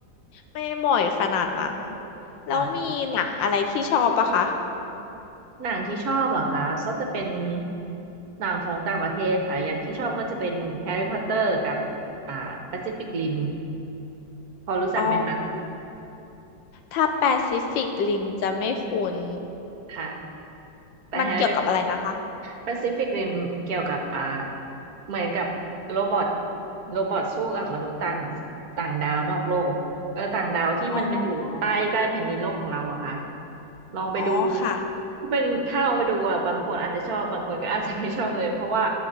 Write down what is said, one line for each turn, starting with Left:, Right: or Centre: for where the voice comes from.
Left: ไม่บ่อยขนาดนั้นแล้วมีหนังอะไรที่ชอบปะคะ
Right: ค่ะหนังที่ชอบเหรอคะก็จะเป็นหนังของต่างประเทศค่ะอย่างที่ชอบก็จะเป็นแฮร์รี่พอตเตอร์กับอ่าแปซิฟิกริมพอรู้จักไหมคะ
Left: อ๋อถ้าแปซิฟิกริมจะไม่คุ้น
Right: ค่ะแต่แฮร์รี่
Left: มันเกี่ยวกับอะไรนะคะ
Right: แปซิฟิกริมเกี่ยวกับอ่าเหมือนกับโรบอทโรบอทสู้กับมนุษย์ต่างต่างดาวนอกโลกเออต่างดาวที่มันมาอยู่ใต้ใต้แผ่นดินโลกของเราอะค่ะ
Left: อ๋อ
Right: ลองไปดู
Left: อ๋อค่ะ
Right: ถ้าเป็นถ้าลองไปดูอะบางคนอาจจะชอบบางคนก็อาจจะไม่ชอบเลยเพราะว่า